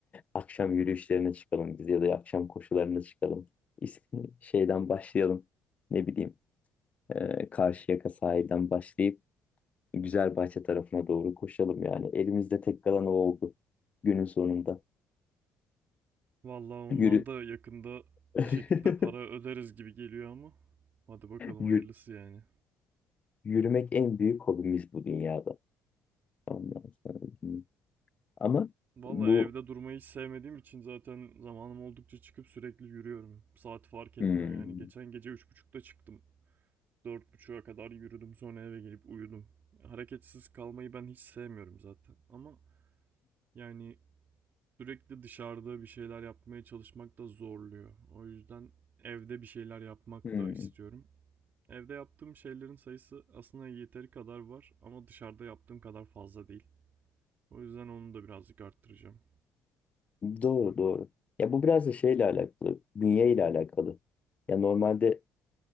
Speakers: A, on the left; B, on the right.
A: Akşam yürüyüşlerine çıkalım biz ya da akşam koşularına çıkalım. İs- Şeyden başlayalım. Ne bileyim e, Karşıyaka sahilden başlayıp Güzelbahçe tarafına doğru koşalım yani. Elimizde tek kalan o oldu günün sonunda.
B: Vallahi ondan
A: Yürü.
B: da yakında
A: <laughs>
B: bir şekilde para öderiz gibi geliyor ama. Hadi bakalım
A: Yü-
B: hayırlısı yani.
A: yürümek en büyük hobimiz bu dünyada. Ondan sonra hmm. ama
B: Vallahi
A: bu
B: evde durmayı hiç sevmediğim için zaten zamanım oldukça çıkıp sürekli yürüyorum. Saat fark etmiyor
A: hmm,
B: yani. Geçen gece üç buçukta çıktım. 4.30'a kadar yürüdüm sonra eve gelip uyudum. Hareketsiz kalmayı ben hiç sevmiyorum zaten ama yani Sürekli dışarıda bir şeyler yapmaya çalışmak da zorluyor. O yüzden evde bir şeyler yapmak
A: hmm,
B: da istiyorum. Evde yaptığım şeylerin sayısı aslında yeteri kadar var ama dışarıda yaptığım kadar fazla değil. O yüzden onu da birazcık arttıracağım.
A: doğru doğru. Ya bu biraz da şeyle alakalı, bünye ile alakalı. Ya normalde